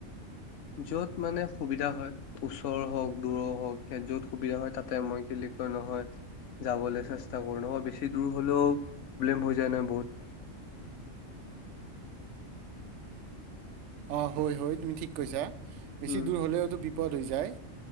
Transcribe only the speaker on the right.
অঁ হয়-হয় তুমি ঠিক কৈছা। বেছি
দূৰ হলেওতো বিপদ হৈ যায়